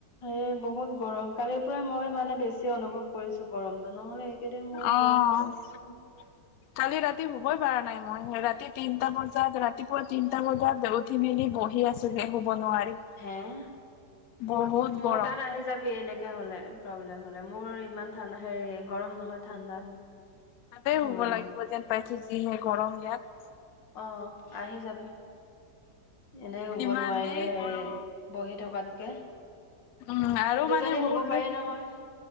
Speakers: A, on the left (about 90°); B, on the left (about 70°).
A: এই বহুত গৰম কালিৰ পৰা মই মানে বেছি অনুভৱ কৰিছোঁ গৰমটো নহ'লে। এইকেইদিন
B: অ'।
A: মই গৰমে পোৱা <inaudible>
B: কালি ৰাতি শুবই পৰাই নাই মই, ৰাতি তিনটা বজাত ৰাতিপুৱা তিনটা বজাত উঠ উঠি মেলি বহি আছোহি শুৱ নোৱাৰি।
A: হে',
B: বহুত
A: মোৰ
B: গৰম
A: তাত আহি যাবি এনেকে হ'লে প্ৰব্লেম হ'লে মোৰ ইমান ঠাণ্ড হেৰি গৰম নহয় ঠাণ্ডা।
B: তাতে শুৱ
A: মোৰ ৰুমত
B: লাগিব যেন পাইছো যিহে গৰম ইয়াত।
A: অ' আহি যাবি, এনেই শুব
B: ইমানেই
A: নোৱাৰিলে হেৰি
B: গৰম
A: বহি থকাতকে
B: উম আৰু
A: দুজনী
B: মানে মোৰ
A: শুৱ
B: যে
A: পাৰি নহয়?